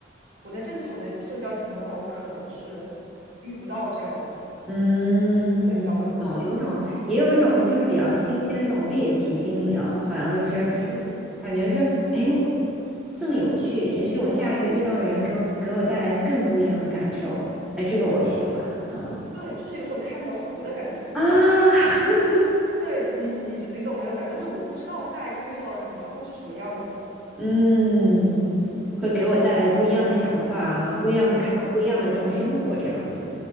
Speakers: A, on the right (about 85°); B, in the centre.
A: 我在正常的社交情况下，我可能是遇不到这样子
B: 嗯嗯，
A: 混交流的人的。
B: 我懂，有一种也有一种就是比较新鲜的这种猎奇心理哦，好像就是
A: 嗯，对对对
B: 感觉是哎呦这么有趣，也许我下一个遇到的人给我给我带来更不一样的感受，哎，这个我喜欢，嗯
A: 对，就是有一种开盲盒的感觉。
B: 啊。<laughs>
A: 对你，你你懂那种感觉，就是我不知道下一个遇到的人他会是什么样子的。
B: 嗯，会给我带来不一样的想法啊，不一样，
A: 嗯，
B: 看到不一样的这种生活这样子，